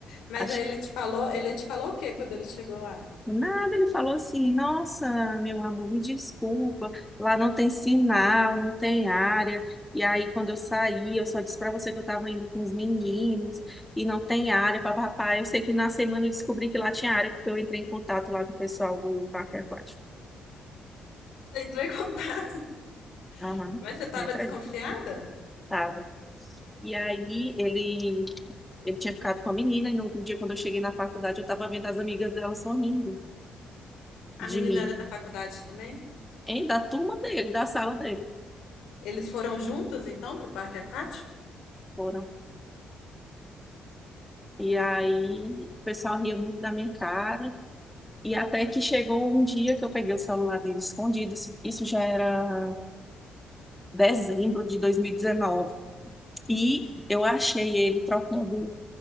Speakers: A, on the left (about 80°); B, in the centre.
A: Mas
B: Acho
A: aí ele
B: que
A: te falou, ele te falou o que quando ele chegou lá?
B: nada, ele falou assim: Nossa, meu amor, me desculpa, lá não tem sinal, não tem área. E aí, quando eu saí, eu só disse para você que eu estava indo com os meninos e não tem área, papapá. Eu sei que na semana eu descobri que lá tinha área, porque eu entrei em contato lá com o pessoal do parque aquático.
A: Você entrou em contato,
B: Aham,
A: mas você estava
B: entra
A: desconfiada?
B: aí. Tava. E aí ele Ele tinha ficado com a menina, e no outro dia, quando eu cheguei na faculdade, eu estava vendo as amigas dela sorrindo
A: A
B: de
A: menina
B: mim,
A: era da faculdade também?
B: hein, da turma dele, da sala dele.
A: Eles foram juntos então para o parque aquático?
B: Foram. E aí, o pessoal ria muito da minha cara. E até que chegou um dia que eu peguei o celular dele escondido. Isso, isso já era dezembro de 2019. E dezenove. E eu achei ele trocando